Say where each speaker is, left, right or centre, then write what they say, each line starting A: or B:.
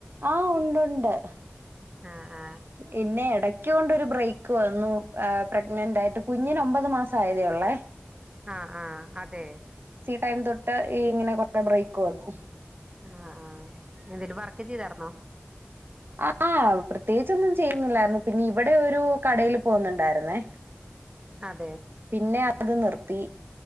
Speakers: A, on the right; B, on the right.
A: ആ ഉണ്ട് ഉണ്ട്
B: ആ ആ
A: പിന്നെ ഇട- കൊണ്ട് ഒരു ബ്രേക്ക് വന്നു ആ പ്രഗ്നന്റ് ആയിട്ട് കുഞ്ഞന് ഒമ്പത് മാസം ആയതേ ഒള്ളെ
B: ആ ആ അതെ
A: ടൈം തൊട്ട് ഈ ഇങ്ങനെ കൊറെ ബ്രേക്ക് വന്നു
B: ആ ആ എന്തേലും വർക്ക് ചെയ്താർ ന്നോ?
A: ആഹ് പ്രത്യേകിച്ചൊന്നും ചെയ്യുന്നില്ലായിരുന്നു പിന്നെ ഇവിടെ ഒരു കടൽ പോന്നുണ്ടായിരുന്നേ
B: അതെ
A: പിന്നെ അത് നിർത്തി